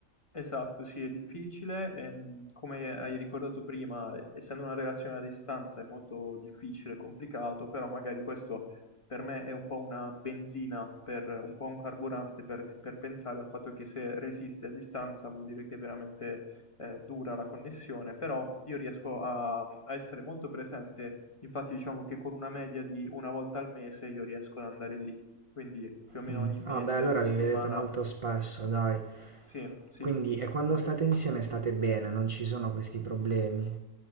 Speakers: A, on the left; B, on the right.
A: Esatto, sì, è difficile, ehm, come hai ricordato prima, essendo una relazione a distanza è molto difficile, complicato, però magari questo per me è un po' una benzina, per, un po' un carburante per, per pensare al fatto che se resiste a distanza vuol dire che è veramente eh, dura la connessione, però io riesco a, a essere molto presente, infatti diciamo che con una media di una volta al mese io riesco ad andare lì. Quindi più o meno
B: Mm.
A: ogni mese,
B: Ah beh, allora
A: una settimana.
B: vi vedete molto spesso, dai.
A: Sì, sì.
B: Quindi, e quando state insieme state bene, non ci sono questi problemi.